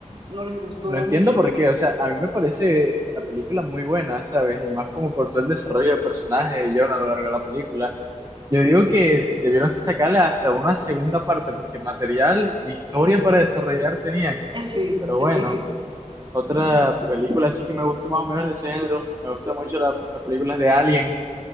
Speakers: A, on the right; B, on the right.
A: no les gustó
B: No
A: de
B: entiendo
A: mucho.
B: por qué, o sea, a mí me parece la película muy buena, ¿sabes? Y más como por todo el desarrollo de personaje de John a lo largo de la película. Yo digo que debieron sacarla hasta una segunda parte, porque material, historia para desarrollar tenían.
A: Eh, sí,
B: Pero
A: sí,
B: bueno.
A: sí.
B: Otra
A: Mm.
B: película así que me gusta más o menos de ese género. Me gustan mucho la- las películas de Alien,